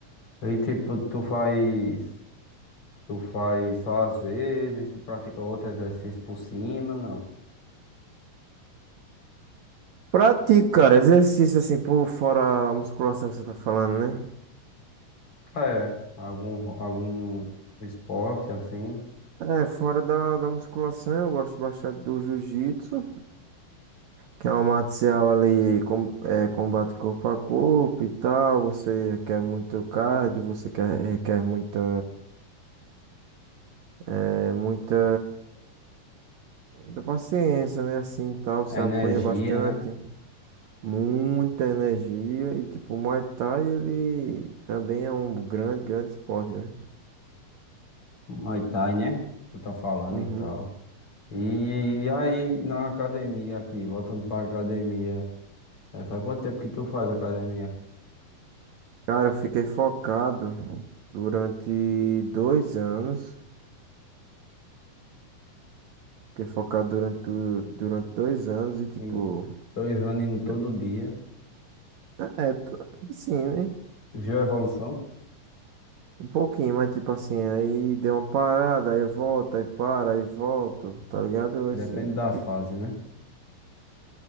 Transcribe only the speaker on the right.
Pratico, cara, exercício assim, por fora a musculação que você tá falando, né?
É, fora da, da musculação, eu gosto bastante do jiu-jitsu, que é uma arte marcial ali, com, é, combate corpo a corpo e tal. Você requer muito cardio, você quer, requer muita, é, muita Muita paciência, né? Assim, tal, você
apanha bastante,
muita energia e tipo, o Muay Thai, ele também é um grande, grande esporte, né?
Uhum.
Cara, eu fiquei focado durante dois anos. Fiquei focado durante, o- durante dois anos e, tipo,
eu,
é, tô, assim, né?
Um pouquinho, mas, tipo, assim, aí deu uma parada, aí volta, aí para, aí volto, tá ligado?
Esse,
tipo